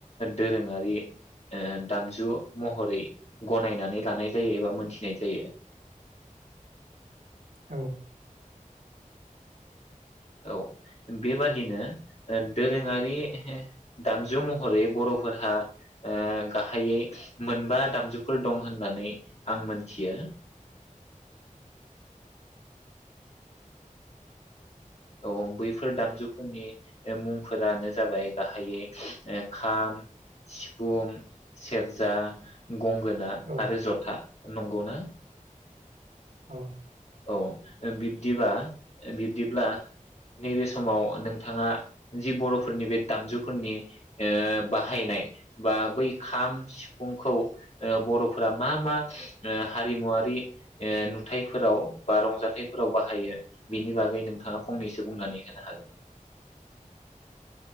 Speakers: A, on the left; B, on the right.
A: दोरोङारि ओ दामजु महरै गनायनानै लानाय जायो एबा मोनथिनाय जायो ।
B: औ
A: औ बेबादिनो दोरोङारि दामजु महरै बरफोरहा ओ गाहायै मोनबा दामजुफोर दं होननानै आं मोनथियो । औ बैफोर दामजुफोरनि मुंफोरानो जाबाय गाहायै खाम, सिफुं, सेरजा गंगोना
B: औ
A: आरो जथा नंगौ ना?
B: औ
A: औ बिब्दिबा बिब्दिब्ला नैबे समाव नोंथाङा जि बरफोरनि बे दामजुफोरनि ओ बाहायनाय बा बै खाम सिफुंखौ बरफोरा मा मा ओ हारिमुवारि ओ नुथायफोराव बा रंजाथाइफोराव बाहायो बेनि बागै नोंथाङा फंनैसो बुंनानै होनो हागोन ।